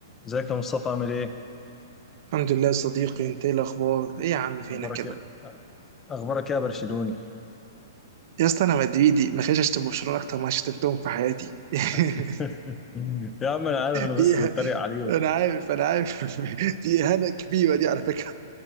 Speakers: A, on the left (about 15°); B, on the right (about 55°).
A: ازيك يا مصطفى عامل ايه؟
B: الحمد لله يا صديقي انت ايه الاخبار ايه يا عم فينك
A: اخبارك
B: كده
A: ايه؟ اخبارك ايه يا برشلوني؟
B: يا اسطى انا مدريدي ما خليش اشتم برشلونه اكتر ما شتمتهم في حياتي <laughs>
A: <laughs> يا عم انا عارف انا بس
B: دي إه-
A: بتريق عليهم
B: انا عارف انا عارف <laughs> دي اهانه كبيره دي على فكره